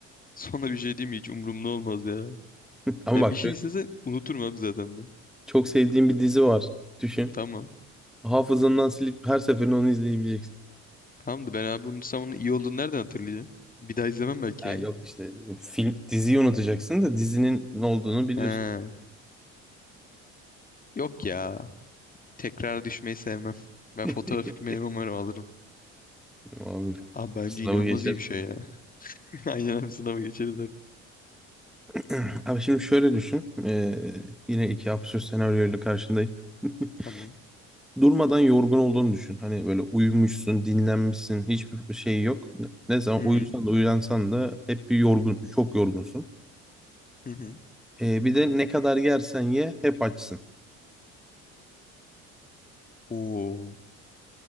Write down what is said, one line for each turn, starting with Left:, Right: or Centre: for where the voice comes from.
Left: Sonra bir şey diyeyim mi? Hiç umurumda olmaz ya.
Centre: Ama
Left: Ya
Centre: bak
Left: bir şey
Centre: şöyle
Left: istese unuturum abi zaten ben.
Centre: çok sevdiğin bir dizi var. Düşün.
Left: Tamam.
Centre: Hafızandan silip her seferinde onu izleyebileceksin.
Left: Tamam da ben abi unutsam onun iyi olduğunu nereden hatırlayacağım? Bir daha izlemem belki
Centre: Ha,
Left: yani.
Centre: yok işte film diziyi unutacaksın da dizinin ne olduğunu biliyorsun.
Left: He. Yok ya. Tekrar düşmeyi sevmem. Ben
Centre: <laughs>
Left: fotoğrafik meyve umarım alırım.
Centre: Abi
Left: Abi bence
Centre: sınavı
Left: inanılmaz
Centre: geçersin.
Left: iyi bir şey ya. <laughs> Aynen abi sınava geçeriz artık.
Centre: <clears throat> Abi şimdi şöyle düşün. Eee, yine iki absürt senaryoyla karşındayım. <laughs>
Left: Tamam.
Centre: durmadan yorgun olduğunu düşün. Hani böyle uyumuşsun, dinlenmişsin, hiçbir şey yok. Ne ne zaman
Left: Hı
Centre: uyusan da uyansan da hep bir yorgun, çok yorgunsun.
Left: hı. hı.
Centre: Ee, bir de ne kadar yersen ye hep açsın.
Left: Oo.